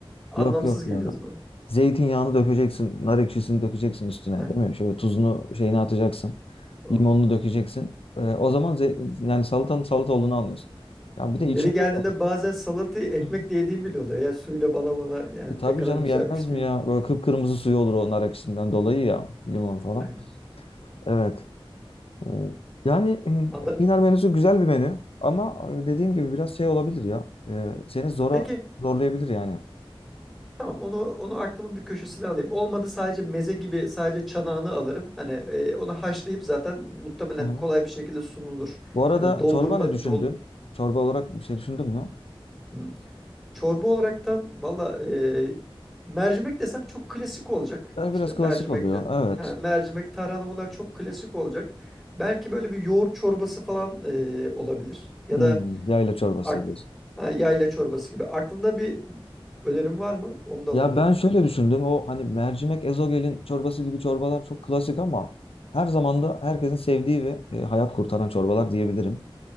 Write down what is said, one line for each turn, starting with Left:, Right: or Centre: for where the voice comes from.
Centre: Anlamsız
Left: Yok yok
Centre: geliyor
Left: ya.
Centre: o zaman.
Left: Zeytinyağını dökeceksin, nar ekşisini dökeceksin üstüne,
Centre: Heh,
Left: değil mi? Şöyle tuzunu şeyini atacaksın,
Centre: oh.
Left: limonunu dökeceksin. Ee, o zaman ze- yani salatanın salata olduğunu anlıyorsun. Ya bir
Centre: Yeri
Left: de içinde
Centre: geldiğinde
Left: de
Centre: bazen salatayı ekmekle
Left: Hı hı.
Centre: yediğim bile oluyor. Ya suyla bana bana yani
Left: e, tabii
Centre: ne kadar
Left: canım
Centre: güzelmiş
Left: yenmez mi
Centre: deyip.
Left: ya? Böyle kıpkırmızı suyu olur o nar ekşisinden dolayı ya, limon falan.
Centre: Aynen.
Left: Evet. Ee, yani e,
Centre: Anla-
Left: enginar menüsü güzel bir menü ama e, dediğim gibi biraz şey olabilir ya. Ee, seni zora
Centre: Peki
Left: zorlayabilir yani.
Centre: Tamam onu onu aklımın bir köşesine alayım. Olmadı sadece meze gibi sadece çanağını alırım. Hani e, onu haşlayıp zaten muhtemelen
Left: Hı hı.
Centre: kolay bir şekilde sunulur.
Left: Bu arada
Centre: Yani doldurma
Left: çorba ne düşündün?
Centre: dol
Left: Çorba olarak bir şey düşündün mü?
Centre: Hmm. Çorba olaraktan valla e, mercimek desem çok klasik olacak.
Left: Ya
Centre: İşte
Left: Biraz
Centre: mercimek
Left: klasik oluyor.
Centre: de
Left: Evet.
Centre: ha, mercimek tarhana bunlar çok klasik olacak. Belki böyle bir yoğurt çorbası falan e, olabilir. Ya
Left: Hmm,
Centre: da
Left: yayla çorbası
Centre: ak,
Left: diyorsun.
Centre: ha, yayla çorbası gibi. Aklında bir önerim var mı? Onu da alabilirim.
Left: Ya ben şöyle düşündüm. O hani mercimek ezogelin çorbası gibi çorbalar çok klasik ama her zaman da herkesin sevdiği ve e, hayat kurtaran çorbalar diyebilirim.